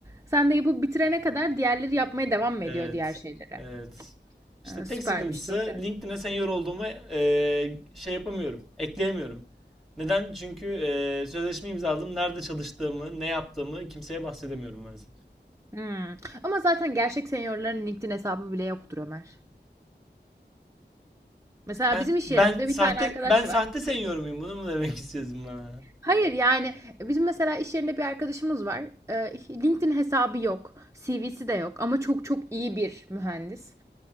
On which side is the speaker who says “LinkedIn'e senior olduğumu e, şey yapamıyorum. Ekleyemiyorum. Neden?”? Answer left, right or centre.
Centre